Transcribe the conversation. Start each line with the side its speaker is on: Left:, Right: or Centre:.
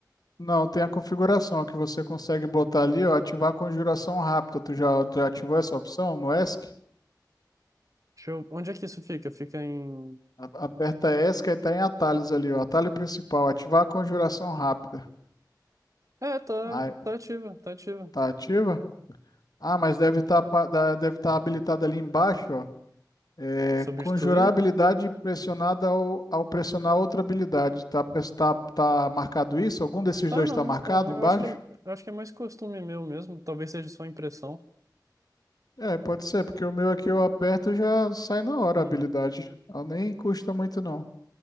Left: não, tem a configuração que você consegue botar ali, ó, ativar a conjuração rápida. Tu já, já ativou essa opção no ESC?
Right: Deixa eu... Onde é que isso fica? Fica em...
Left: A- Aperta ESC e tá em atalhos ali, ó, atalho principal, ativar a conjuração rápida.
Right: É, tá,
Left: Aí,
Right: tá ativa, tá ativa.
Left: tá ativa? Ah, mas deve estar deve tá habilitado ali embaixo, É,
Right: Substituir?
Left: conjurar habilidade pressionada ao, ao pressionar outra habilidade. Tá, pres- tá, tá marcado isso? Algum desses
Right: Tá
Left: dois
Right: não,
Left: está marcado
Right: tá não.
Left: embaixo?
Right: Eu acho que, é- eu acho que é mais costume meu mesmo. Talvez seja só impressão.
Left: É, pode ser, porque o meu aqui eu aperto e já sai na hora
Right: Uhum,
Left: a habilidade. Ela nem custa muito, não.